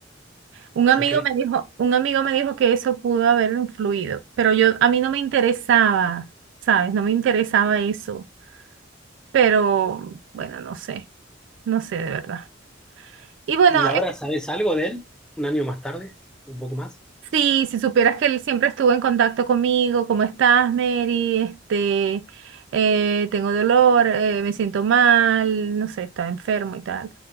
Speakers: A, on the right (about 65°); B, in the centre.
A: Un amigo
B: Ok.
A: me dijo, un amigo me dijo que eso pudo haber influido, pero yo a mí no me interesaba, ¿sabes? No me interesaba eso, pero bueno, no sé, no sé de verdad. Y bueno,
B: ¿Y ahora sabes algo de él? ¿Un año más tarde? ¿Un poco más?
A: si, si supieras que él siempre estuvo en contacto conmigo, ¿cómo estás, Mary? Este, eh, tengo dolor, eh, me siento mal, no sé, estaba enfermo y tal.